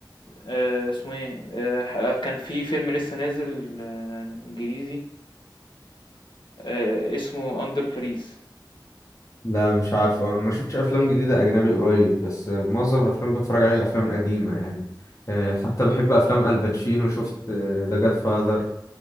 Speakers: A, on the left (about 75°); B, on the left (about 40°).
A: آه، اسمه ايه آه، ح- آه، كان في فيلم لسه نازل آه، إنجليزي آه، اسمه أندر باريس
B: لا مش عارف أنا ما شفتش افلام جديده اجنبي قريب بس آه، معظم الافلام بتفرج عليها الافلام القديمه يعني آه، حتى بحب افلام الباتشينو شفت ذا جاد فاذر